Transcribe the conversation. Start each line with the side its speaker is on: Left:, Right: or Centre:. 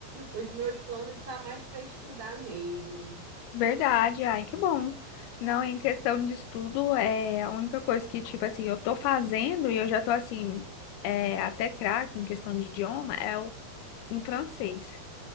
Right: Os meus planos estão mais para estudar mesmo.
Left: verdade. Ai, que bom. Não, em questão de estudo, é a única coisa que, tipo assim, eu tô fazendo e eu já tô assim, é, até craque em questão de idioma, é o em francês.